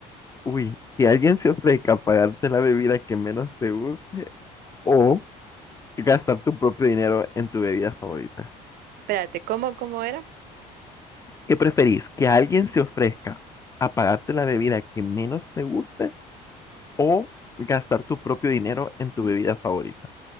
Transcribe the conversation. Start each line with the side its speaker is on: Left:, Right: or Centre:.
Left: Uy, que alguien se ofrezca a pagarte la bebida que menos te gusta. O gastar tu propio dinero en tu bebida favorita.
Right: Espérate, ¿cómo, cómo era?
Left: ¿Qué preferís? ¿Que alguien se ofrezca a pagarte la bebida que menos te guste o gastar tu propio dinero en tu bebida favorita?